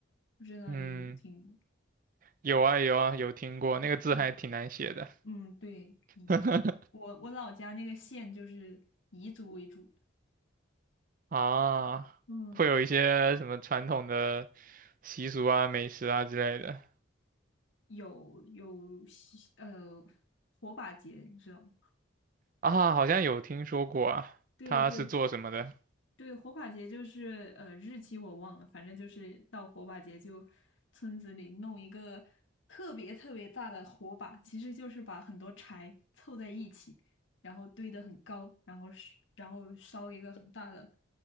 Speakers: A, on the left (about 75°); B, on the right (about 45°).
A: 不知道你有没有听过？
B: 嗯。有啊有啊，有听过，那个字还挺难写的
A: 嗯。嗯，对，彝族，
B: <laughs>
A: 我我老家那个县就是彝族为主，
B: 啊，
A: 嗯，
B: 会有一些什么传统的习俗啊、美食啊之类的
A: 有有西呃火把节，你知道吗？
B: 啊，好像有听说过啊，
A: 对对，
B: 他是做什么的？
A: 对，火把节就是呃日期我忘了，反正就是到火把节就村子里弄一个特别特别大的火把，其实就是把很多柴凑在一起，然后堆得很高，然后是然后烧一个很大的